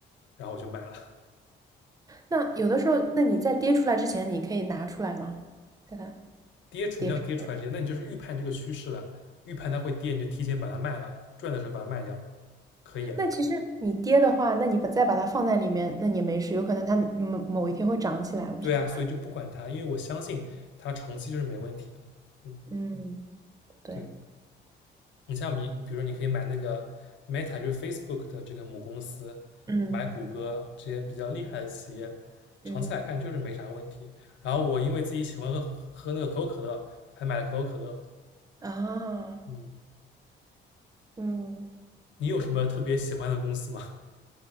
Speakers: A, on the left; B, on the right.
A: 然后我就买了，
B: 那有的时候，那你在跌出来之前，你可以拿出来吗？在它
A: <laughs> 跌什么叫跌出来之前，
B: 跌之前。
A: 那你就是预判这个趋势了，预判它会跌，你就提前把它卖了，赚的时候把它卖掉，可以啊，
B: 那其实你跌的话，那你把再把它放在里面，那你没事，有可能它某某一天会涨起来。我觉得，
A: 对啊，所以就不管它，因为我相信它长期就是没问题的，嗯，
B: 嗯，对，
A: 对。你像你，比如说你可以买那个 Meta，就是 Facebook 的这个母公司，
B: 嗯
A: 买谷歌这些比较厉害的企业，长期来看就是没啥问题。
B: 嗯，
A: 然后我因为自己喜欢喝喝那个可口可乐，还买了可口可乐。
B: 啊，
A: 嗯，
B: 嗯，
A: 你有什么特别喜欢的公司吗？